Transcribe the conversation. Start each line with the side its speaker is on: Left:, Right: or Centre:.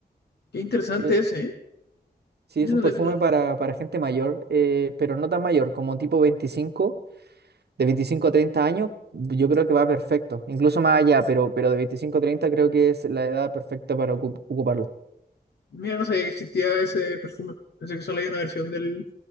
Left: Qué interesante
Right: Eh,
Left: ese, ¿eh?
Right: sí,
Left: Mira,
Right: es un
Left: no,
Right: perfume
Left: te- no-
Right: para, para gente mayor, eh, pero no tan mayor, como tipo 25, de 25 a 30 años, yo creo que va perfecto, incluso más allá, pero, pero de 25 a 30 creo que es la edad perfecta para ocup- ocuparlo.
Left: mira, no sabía que existía ese perfume. Pensé que solo hay una versión del,